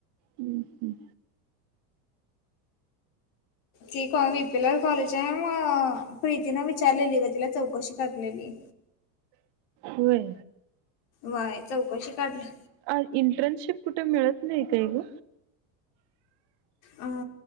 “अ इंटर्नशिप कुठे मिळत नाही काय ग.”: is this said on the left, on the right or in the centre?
Right